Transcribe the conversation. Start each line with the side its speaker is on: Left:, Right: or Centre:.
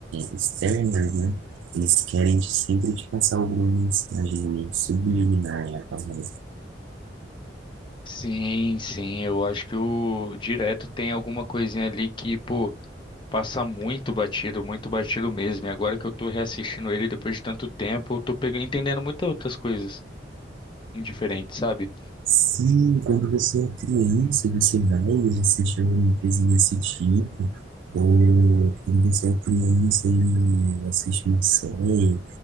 Right: externas, né? Eles querem sempre te passar alguma mensagem ali, subliminar é a palavra.
Left: Sim, sim, eu acho que o direto tem alguma coisinha ali que, pô, passa muito batido, muito batido mesmo. E agora que eu tô reassistindo ele depois de tanto tempo, eu tô pegando, entendendo muitas outras coisas diferentes, sabe?
Right: Sim, quando você é criança, você vai e assiste alguma coisa desse tipo, ou quando você é criança e assiste uma série,